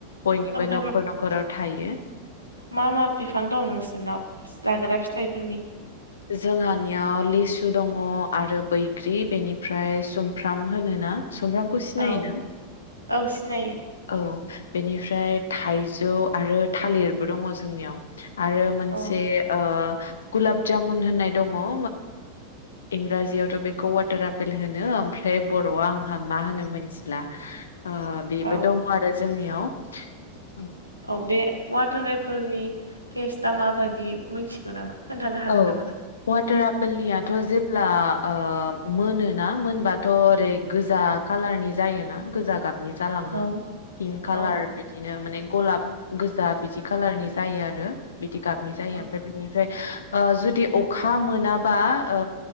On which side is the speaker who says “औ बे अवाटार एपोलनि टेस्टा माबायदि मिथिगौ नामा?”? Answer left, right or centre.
Right